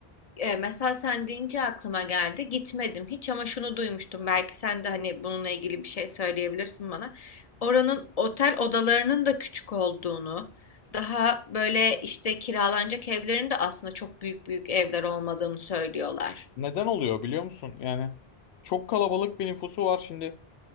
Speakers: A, on the left; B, on the left.
A: E, mesela sen deyince aklıma geldi. Gitmedim hiç ama şunu duymuştum. Belki sen de hani bununla ilgili bir şey söyleyebilirsin bana. Oranın otel odalarının da küçük olduğunu, daha böyle işte kiralanacak evlerin de aslında çok büyük büyük evler olmadığını söylüyorlar.
B: Neden oluyor biliyor musun? Yani çok kalabalık bir nüfusu var şimdi.